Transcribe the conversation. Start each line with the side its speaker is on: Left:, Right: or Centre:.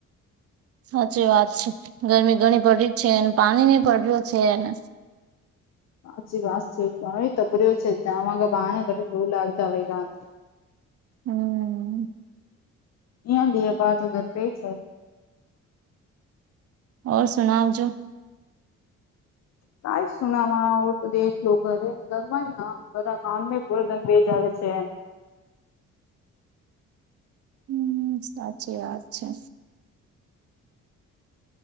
Right: સાચી વાત છે ગરમી ઘણી બળી છે ને પાણી નહી પડ્યો છે એને <inaudible>
Left: સાચી વાત છે હવે તો ભર્યું છે ત્યાં વાગ ગા પાણી <unintelligible> લુ લાગતા હોય કા
Right: હમ્મ.
Left: અહીંયા બે ભાગ તો <unintelligible> છે.
Right: ઓર સુનાવ જો.
Left: કાય સુનાવા આવ તો દેખ લો ઘરે ઘરમાં ઘણા બધા કામ મે <unintelligible> બેેજ આવે છે એમ.
Right: હમ સાચી વાત છે.